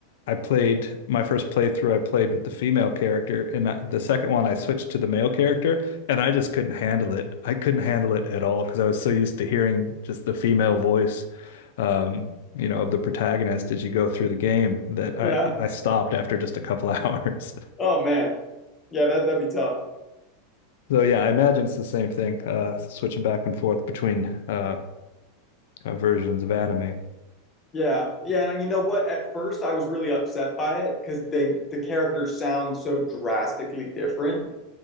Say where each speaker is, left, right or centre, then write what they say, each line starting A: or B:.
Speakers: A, on the left; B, on the left.
A: I played my first playthrough, I played with the female character, and that- the second one I switched to the male character, and I just couldn't handle it. I couldn't handle it at all because I was so used to hearing just the female voice, um, you know, of the protagonist as you go through the game that I
B: Yeah.
A: I stopped after just a couple <laughs> hours.
B: Oh man. Yeah, that that'd be tough.
A: So yeah, I imagine it's the same thing, uh, switching back and forth between uh, uh, versions of anime.
B: Yeah, yeah, and you know what? At first, I was really upset by it because they the characters sound so drastically different.